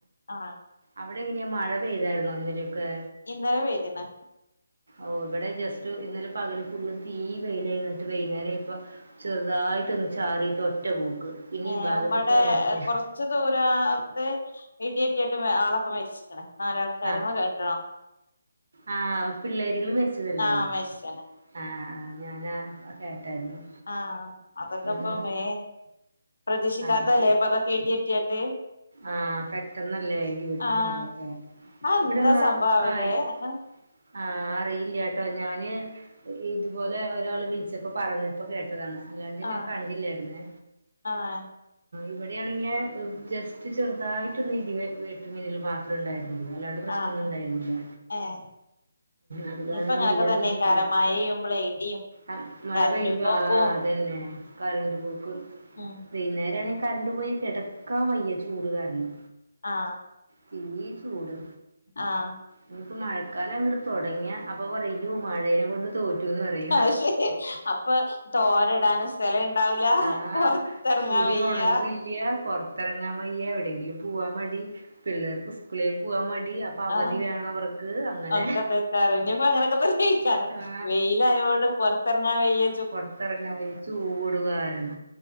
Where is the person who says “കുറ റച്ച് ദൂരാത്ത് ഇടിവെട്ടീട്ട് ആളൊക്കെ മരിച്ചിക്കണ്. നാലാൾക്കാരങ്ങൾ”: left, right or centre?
Left